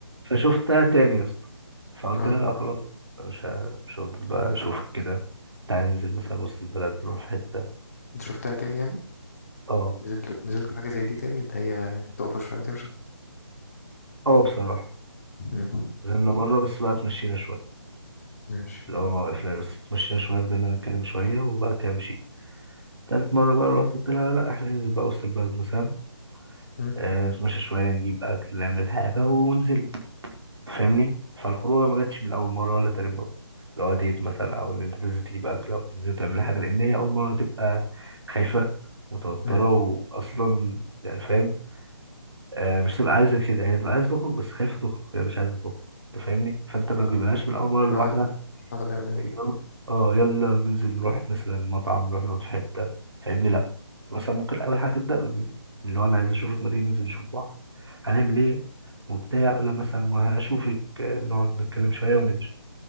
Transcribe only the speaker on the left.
اه
انت شفتها تاني يعني
نزلت نزلت حاجه زي دي تاني اللي هي تقف شويه وتمشي
مم.
ماشي
مم.
مم.
آه.
مش
واخد
مش واخد أوي أهو.
مم.